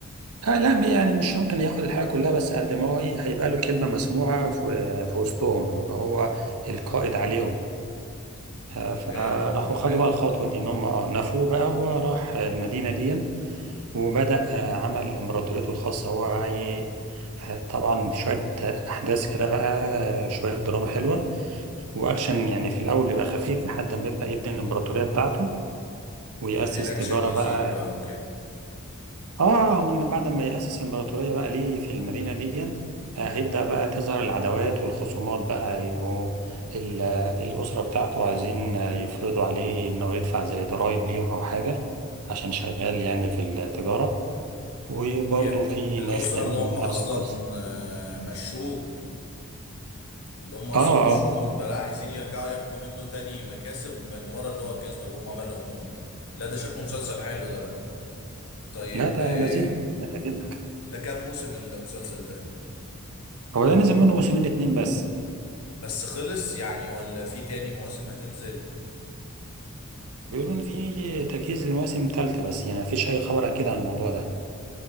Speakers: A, on the right; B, on the left.
A: آه لا م- يعني مش ممكن ياخد الحاجة كلها بس قد ما هو ي- هيبقى له كلمة مسموعة في, في وسطهم يبقى هو القائد عليهم آه، فراحوا
B: فهمتك اه
A: خدوا بقى الخطوة دي إن هم اه نفوه بقى هو راح المدينة دي وبدأ آه، عمل إمبراطوريته الخاصة هو بقى إيه آه، طبعا شوية آه، أحداث كده بقى آه، شوية دراما حلوة وأكشن يعني في الأول بيبقى خفيف لحد ما يبدأ يبني الإمبراطورية بتاعته ويأسس
B: يبتدي الاكشن
A: تجارة
B: يزيد
A: بقى
B: بقى وكده
A: آه ومن بعد ما يأسس إمبراطورية بقى ليه في المدينة دي آه، هيبدأ بقى تظهر العداوات والخصومات بقى يبقوا ال- آه، الأسرة بتاعته عايزين آه، يفرضوا عليه إنه يدفع زي ضرايب ليهم أو حاجة عشان شغال يعني في التجارة وبرضه
B: يا
A: في
B: الاسرة
A: ناس تانيين
B: اللي هم اصلا
A: نفس القصة
B: آه، مشوه اللي هم اصلا
A: اه اه
B: مشوه من بقى لا عايزين يرجعوا ياخدوا منه تاني مكاسب من ورا اللي هو كيس طب هم مالهم هم لا ده شكله مسلسل حلو ده بقى طيب
A: لا ده
B: آه،
A: لذيذ آه، جدا
B: ده كام موسم المسلسل ده
A: هو ده نزل منه موسمين اتنين بس
B: بس خلص يعني ولا في تاني مواسم هتنزل
A: بيقولوا ان في تجهيز لمواسم تالتة بس يعني مفيش اي خبر اكيد عن الموضوع ده